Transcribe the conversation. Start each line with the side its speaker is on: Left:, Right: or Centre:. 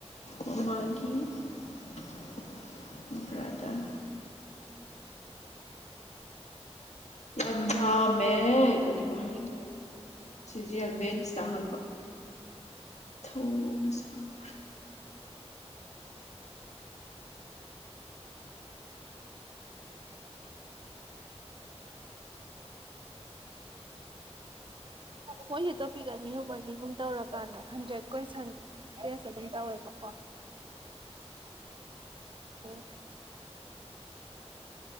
Left: ꯃꯃꯥꯒꯤ <inaudible> ꯕ꯭ꯔꯗꯔ ꯌꯥꯝ ꯌꯥꯝꯃꯦ ꯀꯔꯤꯕꯨ ꯍꯥꯏꯅꯤꯡꯉꯤꯅꯣ ꯁꯤꯖꯦ ꯕꯦꯟꯁꯇ ꯍꯥꯡꯕ ꯊꯨꯅ ꯁꯥꯡꯈ꯭ꯔꯦ
Right: ꯃꯣꯏꯖꯤ ꯇꯣꯄꯤꯛ ꯑꯅꯤ ꯑꯍꯨꯝ ꯑꯅꯤ ꯑꯍꯨꯝ ꯇꯧꯔꯀꯥꯟꯗ ꯍꯟꯗ꯭ꯔꯦꯠ ꯀꯣꯏꯁꯟ ꯇꯦꯁ ꯑꯗꯨꯝ ꯇꯧꯋꯦꯕꯀꯣ <inaudible>